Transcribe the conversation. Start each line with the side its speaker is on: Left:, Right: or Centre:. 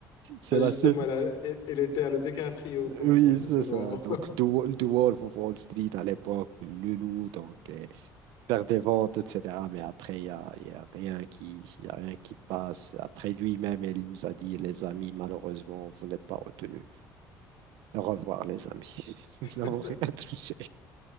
Right: C'est
Left: Ah,
Right: la
Left: justement,
Right: seule.
Left: elle, a- elle, elle était à le décaprio
Right: Oui,
Left: pour vous, là,
Right: c'est
Left: c'est
Right: ça.
Left: bon.
Right: Donc, The Wo- The Wolf of Wall Street à l'époque, le loup, donc, euh, faire des ventes, etc. Mais après, il n'y a, il y a rien qui, il y a rien qui passe. Après, lui-même, il nous a dit, les amis, malheureusement, vous n'êtes pas retenus. Au revoir, les amis. <laughs> Nous
Left: <laughs>
Right: n'avons rien touché.